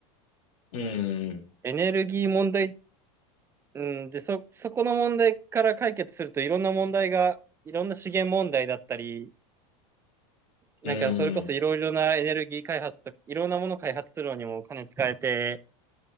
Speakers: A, on the left (about 85°); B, on the right (about 15°).
A: うん、
B: エネルギー問題、うん、で、そ、そこの問題から解決するといろんな問題が、いろんな資源問題だったり、なんかそれこそいろいろなエネルギー開発といろんなもの開発するのにもお金使えて、
A: うん、うん